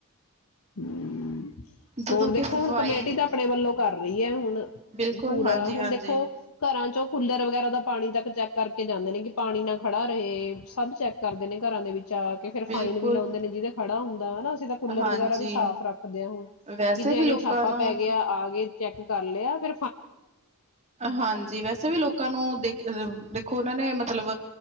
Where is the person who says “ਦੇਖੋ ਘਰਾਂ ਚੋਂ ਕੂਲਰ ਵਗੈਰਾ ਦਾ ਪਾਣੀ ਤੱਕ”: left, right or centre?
Left